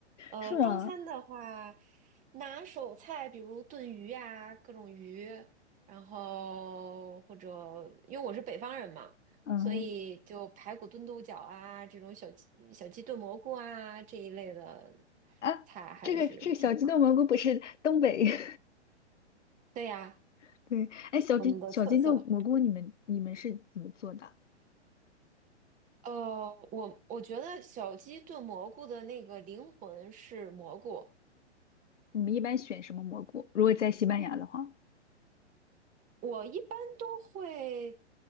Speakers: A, on the right; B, on the left.
A: 呃，
B: 是吗？
A: 中餐的话，拿手菜比如炖鱼啊，各种鱼，然后或者因为我是北方人嘛，
B: 嗯
A: 所以就排骨炖豆角啊，这种小鸡小鸡炖蘑菇啊这一类的
B: 啊，
A: 菜还是挺好。
B: 这个这个小鸡炖蘑菇不是东北
A: 对呀。
B: <laughs> 对，哎，小鸡小金豆蘑菇，
A: 我们的特色。
B: 你们你们是怎么做的？
A: 呃，我我觉得小鸡炖蘑菇的那个灵魂是蘑菇，
B: 你们一般选什么蘑菇？如果在西班牙的话，
A: 我一般都会，